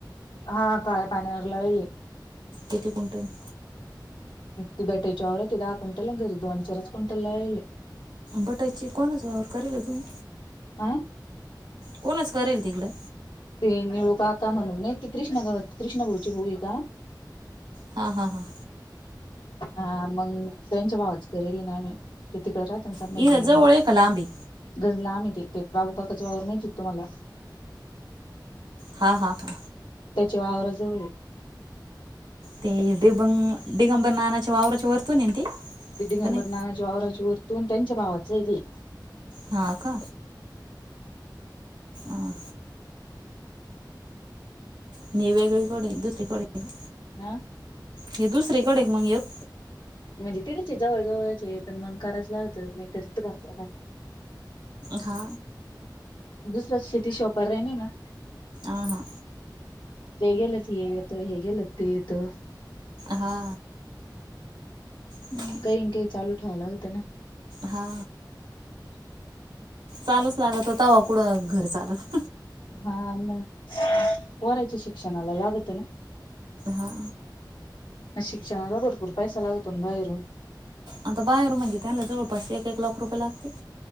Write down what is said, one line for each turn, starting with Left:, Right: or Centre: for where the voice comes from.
Left: हा काळया पाण्यावर लावले.
Right: किती क्विंटल.
Left: <unintelligible> दहा कुंटल आणि घरी दोन-चारच कुंटल लाविले.
Right: बटायची कोणच वावर करेल तुम्ही
Left: आं
Right: कोणच करेल तिकडं
Left: ते निळू काका म्हणून नाही ते कृष्णा भाऊची कृष्णा भाऊ आहे का
Right: हा हा हा.
Left: हा मग त्यांच्या भावाच करेल ना आम्ही, ते तिकडे राहतना संभाजीनगरला.
Right: इथं जवळ आहे का लांब आहे
Left: घर लांब येते, बाबू काकाचं वावर माहितीय का तुम्हाला?
Right: हा हा हा
Left: त्याच्या वावरा जवळ आहे.
Right: ते दिगं दिगंबर नानाच्या वावराच्या वरतून आहे ना ते?
Left: ते दिगंबरनानाच्या
Right: नाही
Left: वावराच्या वरतून त्यांच्या भावाचं तेे.
Right: हां का? आ आणि वेगळीकडे दुसरीकड हाय का?
Left: हा
Right: हे दुसरीकडे का मग एक?
Left: म्हणजे तितच आहे जवळ जवळचे पण मग करायच लागत मी कर करत काय?
Right: हा
Left: दुसरा शेती शिवाय पर्याय नाही ना.
Right: आ हा.
Left: ते गेलं त हे येतं, हे गेलं त ते येतं.
Right: हा हम्म
Left: इंके चालू ठेवाय लागते ना.
Right: हा
Left: <inaudible>
Right: चालूच लागत, तवा कुठं घर चालतं.
Left: हा मग, पोराच्या शिक्षणाला लागत ना.
Right: हा
Left: आन शिक्षणाला भरपूर पैसा लागतो ना बाहेरून.
Right: आता बाहेरून म्हणजे त्यांना जवळपास एक एक लाख रुपये लागते.